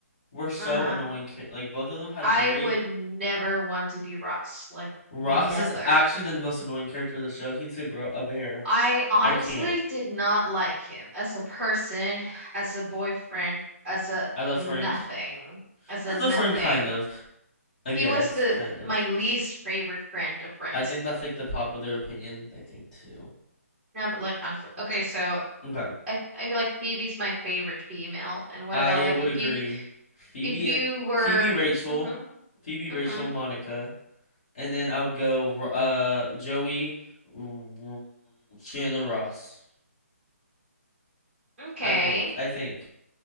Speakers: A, on the left; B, in the centre.
A: were so
B: Uh-huh.
A: annoying. cha- Like both of them had
B: I
A: very.
B: would never want to be Ross, like
A: Ross
B: never.
A: is actually the most annoying character in the show. He needs to grow a bear.
B: I honestly
A: I can't.
B: did not like him as a person, as a boyfriend, as a
A: As a
B: nothing,
A: friend,
B: as
A: as
B: a nothing.
A: a friend, kind of. I guess,
B: He was the
A: kind of.
B: my least favorite friend of friends.
A: I think that's like the popular opinion. I think too.
B: No, but like honestly. Okay, so
A: Okay,
B: I I feel like Phoebe's my favorite female. And what
A: I
B: about like
A: would
B: if
A: agree.
B: you
A: Phoebe
B: if you
A: and
B: were
A: Phoebe, Rachel,
B: hmm
A: Phoebe, Rachel,
B: hmm
A: Monica, and then I would go uh Joey, R- Chandler, Ross.
B: okay.
A: I think. I think.